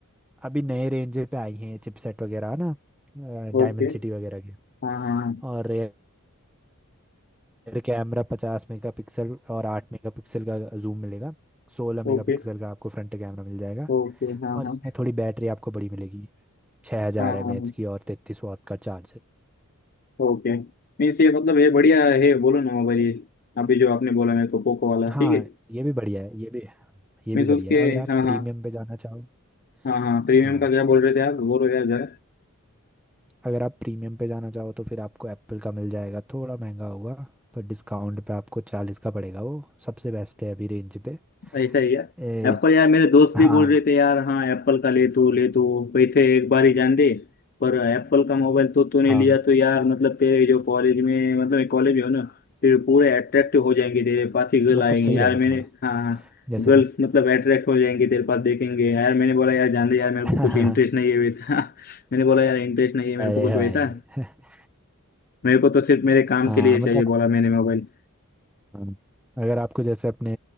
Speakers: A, in the centre; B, on the left.
A: अभी नए रेंज पे आई हैं चिपसेट वगैरह है ना डायमेंसिटी
B: ओके
A: वगैरह के
B: हाँ हाँ हाँ
A: और रियर कैमरा पचास मेगा पिक्सल और आठ मेगा पिक्सल का जूम मिलेगा सोलह मेगा
B: ओके
A: पिक्सल का आपको फ्रंट कैमरा मिल जाएगा
B: ओके हाँ
A: और
B: हाँ
A: इसमें थोड़ी बैटरी आपको बड़ी मिलेगी 6000 हजार
B: हाँ
A: एम
B: हाँ हाँ
A: एच की और 33 वॉट का चार्ज
B: ओके मीन्स ये मतलब ये बढ़िया है बोलो ना मोबाइल ये अभी जो आपने बोला मेरे को पोको वाला
A: हाँ
B: ठीक है
A: ये ये भी बढ़िया है ये भी ये
B: मीन्स
A: भी बढ़िया
B: उसके
A: है अगर आप
B: हाँ
A: प्रीमियम
B: हाँ
A: पे जाना चाहो
B: हाँ हाँ प्रीमियम
A: हाँ
B: का क्या बोल रहे थे आप बोलो यार जरा
A: अगर आप प्रीमियम पे जाना चाहो तो फिर आपको एप्पल का मिल जाएगा थोड़ा महंगा होगा पर डिस्काउंट पे आपको चालीस का पड़ेगा वो सबसे बेस्ट है अभी रेंज पे
B: ऐसा ही है
A: ए,
B: एप्पल
A: इस-
B: यार मेरे दोस्त
A: हाँ
B: भी बोल रहे थे यार हाँ एप्पल का ले तो ले तो पैसे एक बार ही जान दे पर एप्पल का मोबाइल तो तूने
A: हाँ
B: लिया तो यार मतलब तेरे जो कॉलेज में मतलब कॉलेज में हो ना फिर पूरे अट्रैक्टिव हो जाएंगे तेरे पास ही गर्ल
A: मतलब
B: आएंगे
A: सही
B: यार
A: रहेगा
B: मैंने
A: तुम्हारा
B: हाँ
A: जैसे
B: गर्ल्स
A: तुम
B: मतलब अट्रैक्ट हो जाएंगे तेरे पास देखेंगे यार मैंने बोला यार जान दे यार मेरे
A: <laughs>
B: को कुछ इंटरेस्ट नहीं है वैसा <laughs> मैंने बोला यार इंटरेस्ट नहीं है मेरे
A: अरे
B: को कुछ
A: भाई
B: वैसा
A: <laughs>
B: मेरे को तो सिर्फ मेरे काम
A: हाँ
B: के लिए
A: मतलब
B: चाहिए बोला मैंने मोबाइल
A: हाँ, अगर आपको जैसे अपने